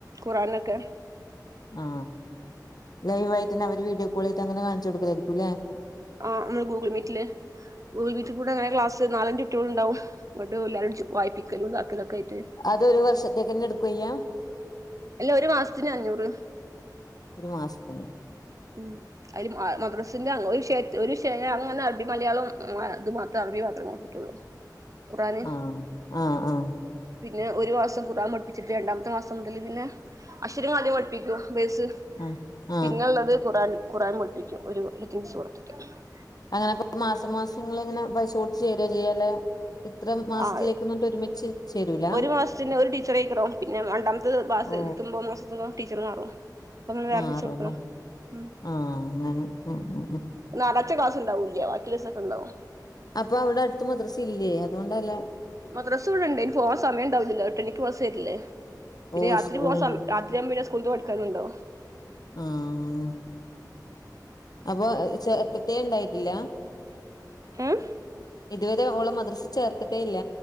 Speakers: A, on the right; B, on the left.
A: ഖുർആനൊക്കെ
B: ആ ലൈവായിട്ടെന്നെ അവര് വീഡിയോ കോൾ ചെയ്ത്ട്ടങ്ങനെ കാണിച്ചു കൊടുക്കലായിരിക്കുംല്ലേ
A: ആ അന്ന് ഗൂഗിൾ മീറ്റില് ഗൂഗിൾ മീറ്റിൽ കൂടങ്ങനെക്ലാസ് നാലഞ്ച് ട്ട്യോള്ണ്ടാവും ന്ന്ട്ട് എല്ലാരും ചോ വായ്പിക്കലും താക്കലൊക്കായിട്ട്
B: അതൊരു വർഷത്തേക്ക്ന്നെട്ക്കെയ്യ
A: അല്ല ഒരു മാസത്തിന് അഞ്ഞൂറ്
B: ഒരു മാസത്തിന്
A: ഉം അയ്ല് മദ്രസിന്റെ ഒരു ഷയാ ഒരുഷാ അങ്ങനെ അറബി മലയാളം ഇത് മാത്രേ അറബി മാത്രം കൊടുത്ത്ട്ടൊള്ളു
B: <inaudible> <inaudible>
A: കുറാന്
B: ആഹ് ആഹ് ആഹ്
A: പിന്നെ ഒരു മാസം ഖുറാൻ പഠിപ്പിച്ചിട്ട് രണ്ടാമത്തെ മാസം മുതൽ പിന്നെ അക്ഷരാദ്യം പഠിപ്പിക്കും ബേസ്
B: ആഹ് ആഹ്
A: പിന്നെള്ളത് ഖുറാൻ ഖുറാൻ പഠിപ്പിക്കും ഒരു <unintelligible>
B: അങ്ങനെപ്പ മാസം മാസങ്ങള്ങ്ങനെ പൈസ കൊടുത്ത് ചേരാ ചെയ്യാലെ ഇത്ര മാസത്തിലേക്ക്
A: ആഹ്
B: ന്നറ്ഞ്ട്ട് ഒരുമിച്ച് ചേരൂല
A: ഒരു മാസത്തിന് ഒരു ടീച്ചറേക്കല്ലോ പിന്നെ രണ്ടാമത്തെ മാസം
B: ഓ
A: എത്തുമ്പോ <unintelligible> ടീച്ചർ മാറും അപ്പൊ നമ്മള്
B: മാറുല്ലേ
A: വേറെ ടീച്ചർ എടുക്കണം ഉം
B: ആഹ് അങ്ങനെ ഉം ഉം ഉം
A: ഞാറാഴ്ച്ച ക്ലാസ്ണ്ടാവൂല്ല്യാ. ബാക്കിള്ളീസൊക്കെ ഇണ്ടാവും
B: അപ്പൊ അവടെ അട്ത്ത് മദ്രസ്സില്ലേ? അതോണ്ടല്ലാ
A: മദ്രാസ്സ് ഇവിടെണ്ട് അയ്നി പോവാൻ സമയണ്ടാവുല്ലല്ലോ എട്ടണിക്ക് ബസ്സെര്ല്ല്യേ പിന്നെ
B: ഓ
A: രാത്രി
B: സ്കൂളിന്
A: പോവാൻ സം രാ ത്രിയാവുമ്പം പിന്നെ സ്കൂള്ത്തെ പഠിക്കാന്ണ്ടാവും
B: ആഹ് അപ്പൊ ഏഹ് ഈ ചേർത്തിട്ടേ ഇണ്ടായിട്ടില്ലാ
A: ഉം
B: ഇതുവരെ ഓളെ മദ്രസ്സ് ചേർത്തിട്ടേ ഇല്ല